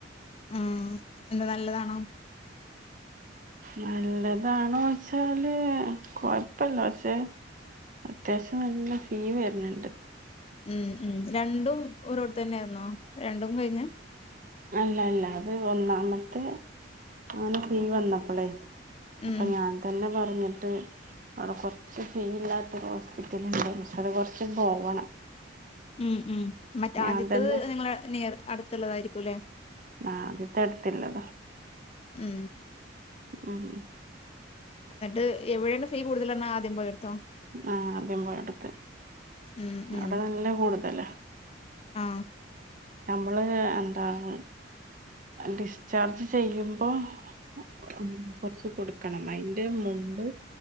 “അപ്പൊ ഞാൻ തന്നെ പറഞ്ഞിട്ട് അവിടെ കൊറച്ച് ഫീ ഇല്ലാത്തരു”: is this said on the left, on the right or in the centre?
Right